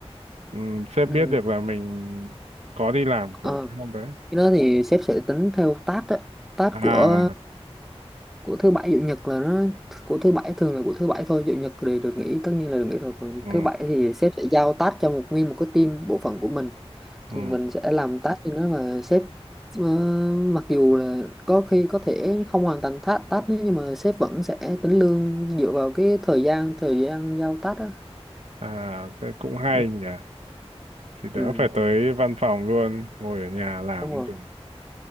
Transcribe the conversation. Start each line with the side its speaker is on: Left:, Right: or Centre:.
Right: um, sếp
Centre: ừ,
Right: biết được là mình có đi làm
Centre: ờ,
Right: của cái hôm đấy
Centre: cái đó thì sếp sẽ tính theo task á task
Right: à
Centre: của của thứ bảy chủ nhật là nó của thứ bảy thường là của thứ bảy thôi chủ nhật thì được nghỉ tất nhiên là được nghỉ rồi còn
Right: ừ,
Centre: thứ bảy thì sếp sẽ giao task cho một nguyên một cái team bộ phận của mình
Right: ừ.
Centre: thì mình sẽ làm task cho nó và sếp ờ, mặc dù là có khi có thể không hoàn thành task task đấy nhưng mà sếp vẫn sẽ tính lương dựa vào cái thời gian thời gian giao task á
Right: à thế cũng hay
Centre: ừ,
Right: nhỉ thì đỡ
Centre: ừ,
Right: phải tới văn phòng luôn ngồi ở nhà làm
Centre: đúng
Right: cũng
Centre: rồi
Right: được